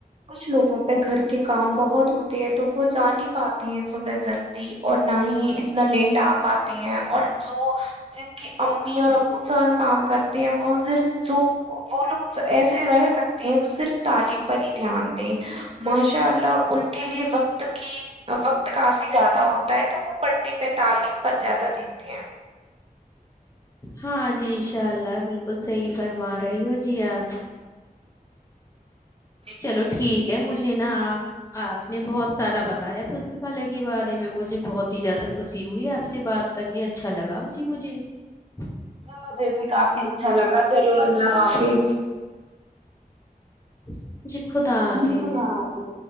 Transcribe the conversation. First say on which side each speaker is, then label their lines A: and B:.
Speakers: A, on the right; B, on the left.
A: کچھ لوگوں پہ گھر کے کام بہت ہوتے ہیں تو وہ جا ہی پاتے ہیں صبح جلدی اور نہ ہی اتنا لیٹ آ پاتے ہیں اور جو جن کی امی اور ابو جان کام کرتے ہیں وہ صرف جو <unintelligible> وہ لوگ ایسے رہ سکتے ہیں جو صرف تعلیم پر ہی دھیان دیں ماشاء اللہ ان کے لیے وقت کی وقت کافی زیادہ ہوتا ہے تو وہ پڑھنے پہ تعلیم پر زیادہ دیتے ہیں <unintelligible>
B: ہاں جی انشاء اللہ بالکل صحیح فرما رہی ہو جی آپ <inaudible>
A: جی
B: چلو ٹھیک ہے مجھے نا آپ نے بہت سارا بتایا پستکالیہ کے بارے میں مجھے بہت ہی زیادہ خوشی ہوئی آپ سے بات کر کے اچھا لگا مجھے مجھے <unintelligible>
A: جی مجھے بھی کافی اچھا لگا <unintelligible> چلو اللہ حافظ <unintelligible>
B: <inaudible> جی خدا حافظ
A: جی خدا
B: <unintelligible>
A: حافظ